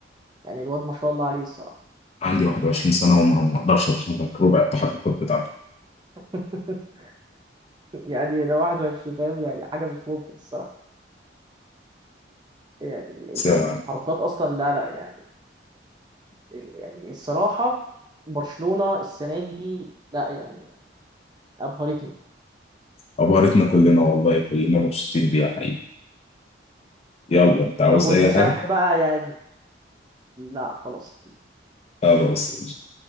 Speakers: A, on the right; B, on the left.
A: يعني الواد ما شاء الله عليه الصراحه
B: عندي 21 سنة وما ما اقدرش اتحرك ربع التحركات بتاعته
A: <laughs> يعني ده 21 فاهم يعني حاجه مش ممكن الصراحه يعني ال- ال-
B: بس
A: التحركات اصلا لا لا يعني يعني الصراحه برشلونه السنه دي لا يعني ابهرتني
B: عبارتنا كلنا والله كلنا مبسوطين بيها حقيقي يلا انت عاوز
A: طب وانت
B: اي
A: صحيح
B: حاجة
A: بقى يعني لا خلاص
B: خلاص